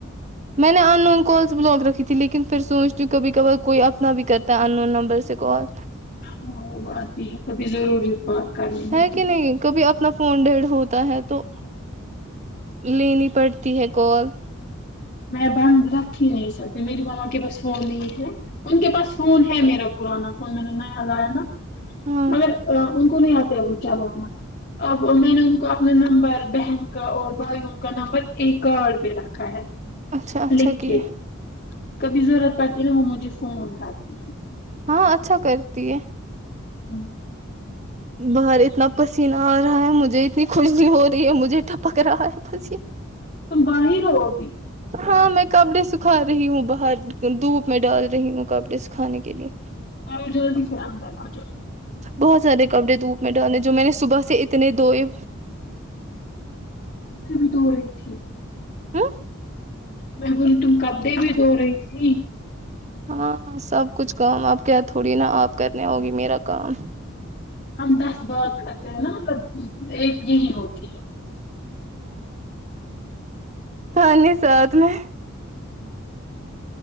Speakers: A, on the right (about 35°); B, on the left (about 40°).
A: میں نے ان نون کالس بلاک رکھی تھی لیکن پھر سوچتی ہوں کبھی کبار کوئی اپنا بھی کرے ان نون نمبر سے کال
B: ہاں وہ بات بھی ہے کبھی ضروری بات کرنی
A: ہے
B: ہوتی
A: کہ نہیں کبھی اپنا فون ڈیڈ ہوتا ہے تو لینی پڑتی ہے کال
B: میں بند رکھ ہی نہیں سکتی میری ماما کہ بس فون نہیں ہے ان کے پاس فون ہے میرا پرانا فون میں نے نیا لایا نا
A: ہاں
B: مگر ا ان کو نہیں آتے ابھی چلانا اب میں نے ان کو اپنا نمبر بہن کا اور بھائیوں کا نمبر ایک کارڈ پہ رکھا ہے
A: اچھا اچھا
B: لکھ
A: کیا
B: کے کبھی ضرورت پڑتی ہے نا وہ مجھے فون کرتی تھی
A: ہاں اچھا کرتی ہے
B: <inaudible>
A: باہر اتنا پسینہ آ رہا ہے مجھے اتنی خوشی ہو رہی ہے مجھے ٹپک رہا ہے پسیینہ
B: تم باہر ہو ابھی
A: ہاں میں کپڑے سکھا رہی ہوں باہر دھوپ میں ڈال رہی ہوں کپڑے سکھانے کے لیے
B: کرو جلدی پھر اندر آجاو
A: بہت سارے کپڑے دھوپ میں ڈالے جو میں نے صبح سے اتنے دھوۓ
B: ابھی دھورہی تھی
A: ھم
B: میں بولی تم کپڑے بھی دھورہی تھی
A: ہاں سب کچھ کام آپ کیا تھوڑی نه آپ کرنے ہوگی میرا کام
B: ہم دس بارکرتے ہیں نا ایک یہی ہوتی ہے
A: یعنی ساتھ میں